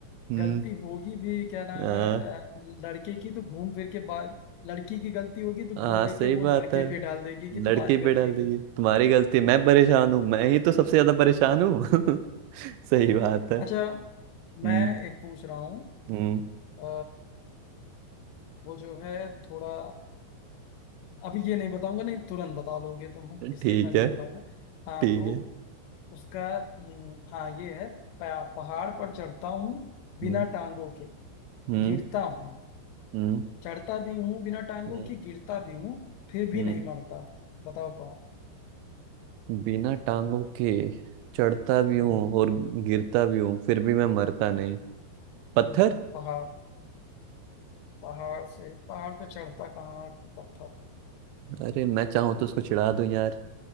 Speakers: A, on the right; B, on the left.
A: हम्म
B: गलती होगी भी क्या नाम
A: हाँ
B: है अ, लड़के की तो घूम फिर के पास लड़की की गलती होगी तो घूम
A: हाँ
B: फिर
A: सही
B: के
A: बात
B: वो लड़के
A: है
B: पे डाल देगी कि
A: लड़की
B: तुम्हारी
A: पे
B: गलती
A: डाल दीजिए
B: थी
A: तुम्हारी गलती मैं परेशान हूँ मैं ही तो सबसे ज्यादा परेशान हूँ <laughs> सही बात है
B: अच्छा
A: हम्म
B: मैं एक पूछ रहा हूँ
A: हम्म
B: अ, वो जो है थोड़ा अभी ये नहीं बताऊंगा नहीं तुरंत बता दोगे तुम इसलिए
A: ठीक
B: मैं नहीं
A: है
B: बताऊंगा हाँ
A: ठीक
B: तो
A: है
B: उसका हम्म, हाँ ये है "प- पहाड़ पर चढ़ता हूँ बिना
A: हम्म
B: टांगों के
A: हम्म
B: गिरता हूँ
A: हम्म
B: चढ़ता भी हूँ बिना टांगों
A: हम्म
B: के गिरता भी हूँ फिर भी
A: हम्म।
B: नहीं मरता बताओ कौन
A: बिना टांगों के चढ़ता भी हूँ
B: हम्म
A: और गिरता भी हूँ फिर भी मैं मरता नहीं पत्थर
B: हम्म, पहाड़ पहाड़ से पहाड़ पे चढ़ता कहाँ पत्थर
A: अरे मैं चाहूँ तो उसको चिढ़ा दूं यार